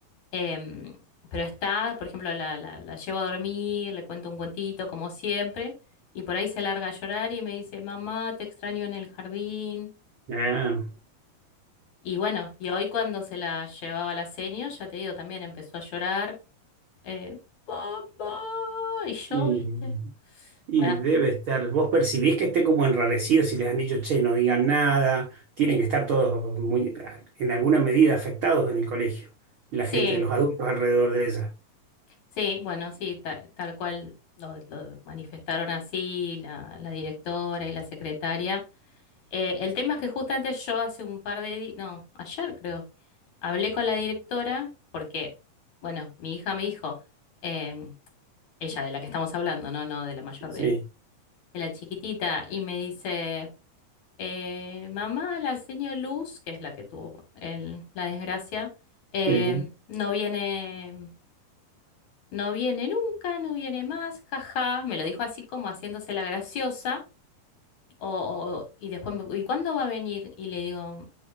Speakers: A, on the left; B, on the right.
A: Em, pero está, por ejemplo, la, la- la llevo a dormir, le cuento un cuentito como siempre, y por ahí se larga a llorar y me dice, mamá, te extraño en el jardín.
B: <laughs> Ah,
A: Y bueno, y hoy cuando se la llevaba a la seño, ya te digo, también empezó a llorar, eh, papá, y yo,
B: y-
A: viste.
B: Y
A: Bueno,
B: debe estar, vos percibís que esté como enrarecido si les han dicho, che, no digan nada, tienen que estar todos muy, en alguna medida afectados en el colegio, la
A: sí,
B: gente, los adultos alrededor de ella.
A: sí, bueno, sí, ta- tal cual lo, lo manifestaron así la, la directora y la secretaria. Eh, el tema es que justamente yo hace un par de días, no, ayer creo. Hablé con la directora porque, bueno, mi hija me dijo, em, ella de la que estamos hablando, no, no de la mayor
B: Sí,
A: de, de la chiquitita, y me dice, eh, mamá, la señora Luz, que es la que tuvo el- la desgracia, em,
B: sí.
A: no viene, no viene nunca, no viene más, jaja. Me lo dijo así como haciéndose la graciosa, o, o- y después, me- ¿y cuándo va a venir? Y le digo,